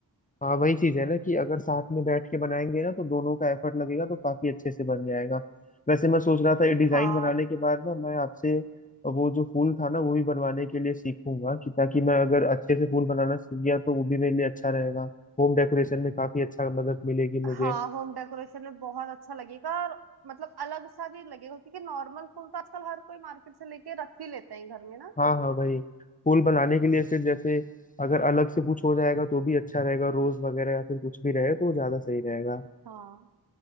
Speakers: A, on the left; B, on the right.
A: हाँ वही चीज है ना कि अगर साथ में बैठ के बनाएंगे ना तो दोनों का एफर्ट लगेगा तो काफी अच्छे से बन जाएगा वैसे मैं सोच रहा था ये डिजाइन
B: हाँ
A: बनाने के बाद ना मैं आपसे वो जो फूल था ना वो भी बनवाने के लिए सीखूंगा कि ताकि मैं अगर अच्छे से फूल बनाना सीख गया तो वो भी मेरे लिए अच्छा रहेगा होम डेकोरेशन में काफी अच्छा मदद मिलेगी मुझे
B: हाँ होम डेकोरेशन में बहुत अच्छा लगेगा और मतलब अलग सा भी लगेगा क्योंकि नॉर्मल फूल तो आजकल हर कोई मार्केट से लेके रख ही लेते हैं घर में ना
A: हाँ हाँ भाई पुल बनाने के लिए फिर जैसे अगर अलग से कुछ हो जाएगा तो भी अच्छा रहेगा रोज वगैरह या फिर कुछ भी रहे तो वो ज्यादा सही रहेगा
B: हाँ